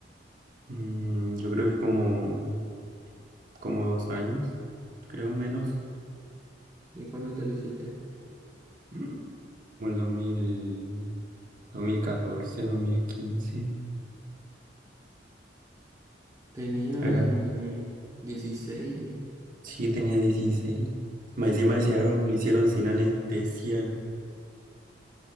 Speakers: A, on the right; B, on the right.
A: Mm, yo creo que como, como dos años, creo menos,
B: ¿Y cuándo te lo hiciste?
A: <clears throat> mm, como el dos dos mil dos mil catorce dos mil quince
B: Tenía
A: Era,
B: eh, 16. <gasps>
A: sí, tenía dieciséis Más encima
B: <laughs>
A: ese aro me lo hicieron sin anestesia.